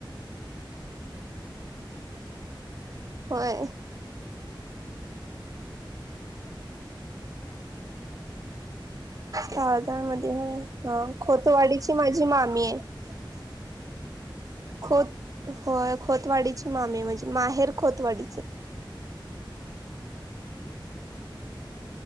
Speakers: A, on the left (about 40°); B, on the right (about 45°).
A: मुलगी आहे मुलगीच लग्न झालंय तिला मुल ह्यात दोन
B: होय
A: णजे <unintelligible> हित तारदाळ दिलय तिला लक्ष्मीनगर मध्ये
B: तारदाळ मध्ये हा खोतवाडीची माझी मामी आहे <unintelligible>
A: कोतवाडीला
B: खोत
A: व्हय
B: होय खोतवाडीची मामीे म्हणजे माहेर खोतवाडीच
A: हा हा ती हित तारदाळ मध्ये